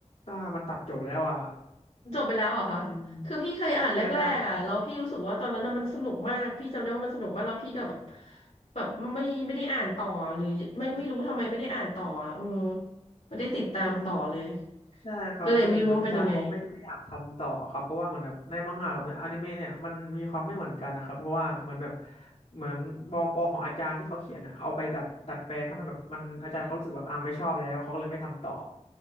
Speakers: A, on the left; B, on the left.
A: อ่ามันตัดจบแล้วอ่ะ
B: จบไปแล้วเหรอคะคือพี่เคยอ่านแรกๆอะแล้วพี่รู้สึกว่าตอนนั้นน่ะมันสนุกมากพี่จำได้ว่ามันสนุกมากแล้วพี่ก็แบบ
A: อืมคืออาจารย์
B: แบบไม่ไม่ได้อ่านต่อหรือไม่ไม่รู้ทำไมไม่ได้อ่านต่ออะอืมไม่ได้ติดตามต่อเลย
A: อืมใช่ครับคือเหมือนอาจารย์เขาไม่ไม่อยากทำต่อครับเพราะว่าเหมือนแบบในมังงะกับในอนิเมะเนี่ยมันมีความไม่เหมือนกันนะครับเพราะว่าเหมือนแบบ
B: ก็เลยไม่รู้ว่ามันเป็นยังไง
A: เหมือนบกของอาจารย์ที่เขาเขียนอ่ะเขาเอาไปดัดดัดแปลงทำให้แบบมันอาจารย์เขารู้สึกแบบอ่าไม่ชอบแล้วเขาก็เลยไม่ทำต่อ